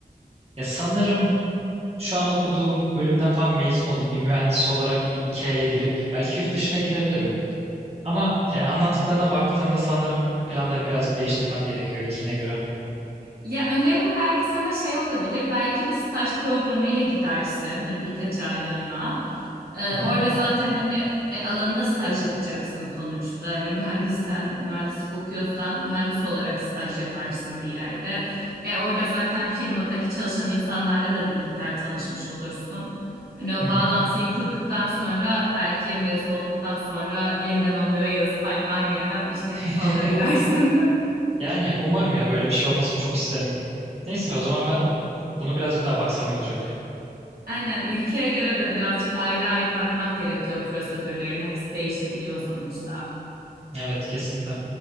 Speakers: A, on the right; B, on the right.
A: Ya sanırım şu an okuduğum bölümden falan mezun olup bir mühendis olarak bir IKEA'ya girip belki yurt dışına gidebilirim. Ama yani anlattıklarına baktığımda sanırım planlarımı birazcık değiştirmem gerekiyor ilkine göre.
B: Ya önerim belki sana şey olabilir. Belki bir staj programıyla gidersin. Hani birkaç aylığına. Ee,
A: Hı
B: orada
A: hı,
B: zaten hani e, alanında staj yapacaksın sonuçta. Hani mühendissen, mühendislik okuyorsan mühendis olarak staj yaparsın bir yerde. E, orada zaten firmadaki çalışan insanlarla da bir miktar tanışmış olursun. Hani o
A: hı
B: bağlantıyı
A: hı.
B: kurduktan sonra belki mezun olduktan sonra yeniden onlara yazıp aynı aynı yerden iş teklifi
A: <laughs>
B: alır gidersin. <laughs>
A: Yani umarım ya böyle bir şey olmasını çok isterim. Neyse o zaman ben bunu birazcık daha baksam iyi olacak.
B: Aynen ülkeye göre de birazcık ayrı ayrı bakmak gerekiyor prosedürlerine. Hepsi değişebiliyor sonuçta.
A: Evet kesinlikle.